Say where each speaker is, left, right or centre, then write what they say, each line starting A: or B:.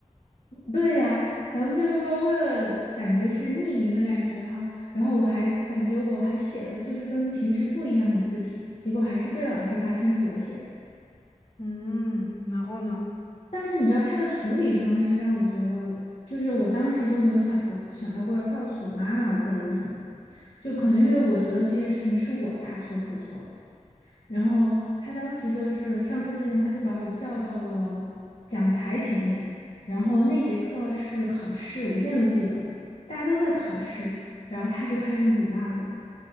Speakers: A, on the left; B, on the left.
A: 对呀，咱们就是说，为了感觉是匿名的感觉哈，然后我还感觉我还写了就是跟平时不一样的字体，结果还是被老师发现是我写的。
B: <laughs> 嗯，然后呢？
A: 但是你知道他的处理方式让我觉得，就是我当时都没有想到想到过要告诉我妈妈，我不知道为什么，就可能因为我觉得这件事情是我大错特错了。然后他当时就是上课之前，他就把我叫到了讲台前面。然后那节课是考试，我现在都记得，大家都在考试，然后他就开始辱骂我，